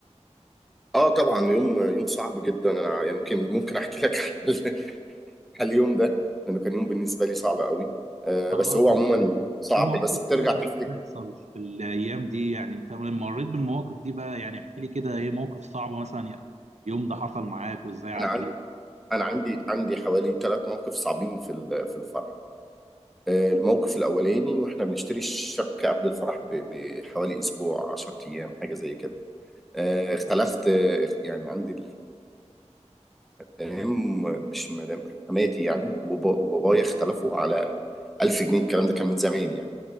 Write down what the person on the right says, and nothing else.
اه
طب
يعني
في مواقف
كده كانت
بتحصل في الايام دي يعني انت لما مريت بالمواقف دي بقى يعني احكي لي كده ايه موقف صعب مثلا يعني اليوم ده حصل معاك وازاي عديت